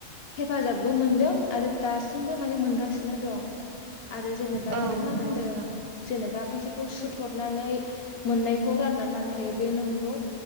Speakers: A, on the left (about 60°); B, on the right (about 70°).
A: हेफाजाबबो मोनदों आरो दासिमबो माने मोनगासिनो दं आरो जेनेबा
B: औ
A: नोंथाङा
B: नंगौ
A: होनदों
B: नोंथां
A: जेनेबा फैसाखौ सुथहरनानै मोननायखौ राननानै लानो हायो बे नंगौ।